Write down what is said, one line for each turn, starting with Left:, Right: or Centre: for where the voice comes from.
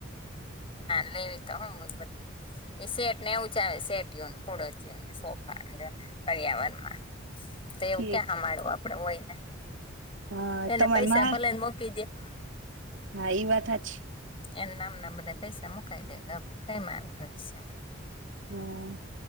Left: લઈવી તો હમ બધી. <unintelligible> એ શેટ ને એવું ચ આવે શેટ. થોડોયોને સોફા કર્યાવરણમાં <unintelligible> તો એવું
Right: ઠીક
Left: ક્યા હામાડવા આપ. આપના હોયને.
Right: હા
Left: એટને
Right: તમારે
Left: પૈસા
Right: મા
Left: ભલાને મોકી દે.
Right: હ એ વાત હાચી છે.
Left: એના નામ ના બધા પૈસા મુકાઈ દે કઈ કામ આવે ભવિષ્યમાં.
Right: હમ.